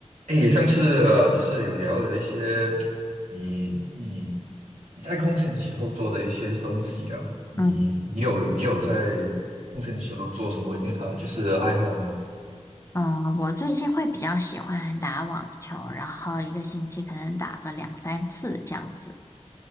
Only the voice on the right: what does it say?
哎，上次呃就是有聊了一些你你你在空闲的时候做的一些东西啊，你你有你有在
做做什么运啊、呃就是爱好吗？